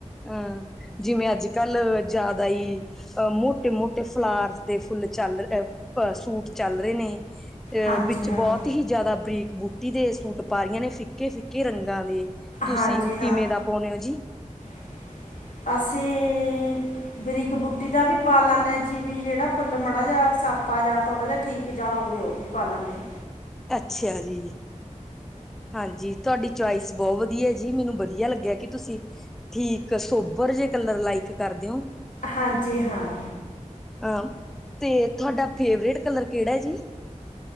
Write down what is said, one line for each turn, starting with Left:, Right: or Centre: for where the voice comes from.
Centre: ਅਂ, ਜਿਵੇਂ ਅੱਜ-ਕੱਲ੍ ਜ਼ਿਆਦਾ ਈ, ਅ ਮੋਟੇ ਮੋਟੇ ਫਲਾਰਸ ਦੇ ਫੁਲ <unintelligible> ਸੂਟ ਚੱਲ ਰੇ ਨੇ। ਅ
Left: ਹਾਂਜੀ
Centre: ਵਿੱਚ
Left: ਹਾਂ
Centre: ਬੋਤ ਹੀ ਜ਼ਿਆਦਾ ਬਰੀਕ ਬੂਟੀ ਦੇ, ਸੂਟ ਪਾ ਰੀਆਂ ਨੇ ਫਿੱਕੇ, ਫਿੱਕੇ ਕਿ ਰੰਗਾਂ ਦੇ, ਤੁਸੀਂ
Left: ਹਾਂਜੀ ਹਾਂ
Centre: ਕਿਵੇਂ ਦਾ ਪਾਊਨੇ ਓ ਜੀ?
Left: <inaudible> ਅਸੀਂ, ਬਰੀਕ ਬੂਟੀ ਦਾ ਵੀ ਪਾ ਲੈਨੇ ਆਂ ਜੀ ਵੀ ਜੇੜਾ ਫੁੱਲ ਮਾੜਾ ਜੇਆ ਆਪਾ ਯਾ ਥੋੜਾ ਜੇਆ ਠੀਕ ਜਾ ਹੋਵੇ, ਓ ਵੀ ਪਾ ਲੈਨੇ ਆ।
Centre: ਅੱਛਾ ਜੀ। ਹਾਂਜੀ, ਤੁਹਾਡੀ ਚੋਇਸ ਬੋਅ ਵਦੀਆ ਜੀ, ਮੈਨੂੰ ਬਦੀਆ ਲੱਗੇਆ ਕਿ ਤੁਸੀਂ ਠੀਕ ਸੋਬਰ ਕੇਓਜੇ ਕੱਲਰ ਲਾਈਕ ਕਰ ਦੇਓ?
Left: ਹਾਂਜੀ ਹਾਂ।
Centre: ਅ ਤੇ ਤੁਹਾਡਾ ਫੇਵਰੇਟ ਕੱਲਰ ਕੇੜਾ ਜੀ?